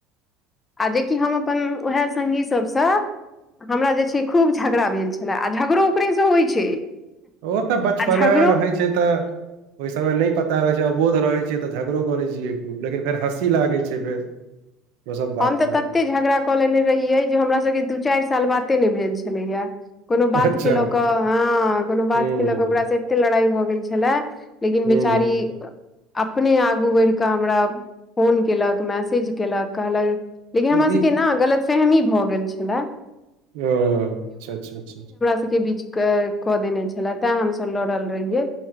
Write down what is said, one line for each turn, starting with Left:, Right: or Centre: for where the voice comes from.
Left: आ जेकि हम अपन उएहे संगी सबसँ। हमरा जे छै खूब झगड़ा भेल छेल्ला आ झगड़ो। ओकरेसँ होइ छै
Right: ओतऽ बचपना
Left: आ झगड़ो
Right: रहै छैय तऽ। ओय समय नै पता रहै छै अबोध रहै छियै तऽ झगड़ो करे छियै खूब लेकिन फेर हँसी लागे छै फेर। ओ सब बात
Left: हम तऽ
Right: पर
Left: ततेक झगड़ा कऽ लेने रहियै जे हमर सबके दू चैर साल बाते नै भेल छेलैया। कोनो बात
Right: अच्छा
Left: के लऽ कऽ हँ कोनो बात
Right: हूँ
Left: के लऽ कऽ ओकरासँ एते लड़ाइ भऽ गेल छेल्ला। लेकिन
Right: हूँ
Left: बेचारी।
Right: हूँ
Left: अपने आगू बैड़ कऽ हमरा फोन केलक मैसेज केलक कहलक। लेकिन हमरा
Right: ई
Left: सबके
Right: ई
Left: न गलतफेहमी भऽ गेल छेल्ला।
Right: हँ अच्छा-अच्छा-अच्छा।
Left: के बीच कए कऽ देने छेल्ला तैं हमसब लड़ल रहियै।